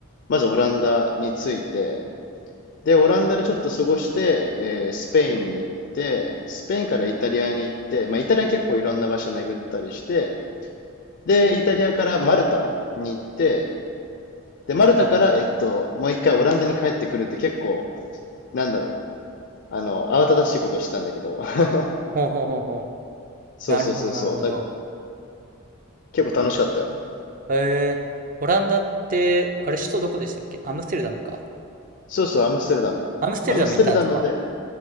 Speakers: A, on the left; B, on the right.
A: まずオランダに着いて、で、オランダでちょっと過ごして、えースペインに行って、スペインからイタリアに行って、まあイタリア結構いろんな場所巡ったりして、で、イタリアからマルタに行って、で、マルタから、
B: はい。
A: えっと、もう一回オランダに帰ってくるって結構、なんだろう。あの、慌ただしいことしたんだけど。<laughs>
B: ほうほうほうほ
A: そうそうそうそう。
B: う。なるほど、なるほど。
A: だから、結構楽しかったよ。
B: ええオランダって、あれ、首都どこでしたっけアムステルダムか。
A: そうそう、アムステルダム。
B: アムステルダム行ったんですか
A: アムステルダムで、